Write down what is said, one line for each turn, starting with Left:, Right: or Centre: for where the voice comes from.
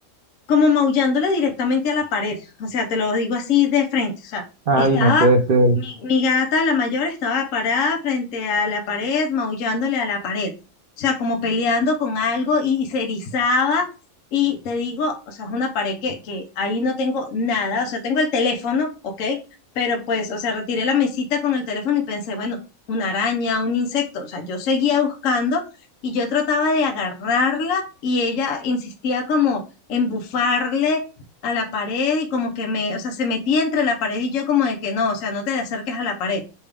Left: como maullándole directamente a la pared, o sea, te lo digo así de frente, o sea,
Right: ay,
Left: estaba,
Right: no puede ser.
Left: mi, mi gata, la mayor, estaba parada frente a la pared, maullándole a la pared, o sea, como peleando con algo y, y se erizaba, y te digo, o sea, es una pared que, que ahí no tengo nada, o sea, tengo el teléfono, ¿ok? Pero pues, o sea, retiré la mesita con el teléfono y pensé, bueno, una araña, un insecto, o sea, yo seguía buscando y yo trataba de agarrarla y ella insistía como embufarle a la pared y como que me, o sea, se metía entre la pared y yo como de que no, o sea, no te le acerques a la pared.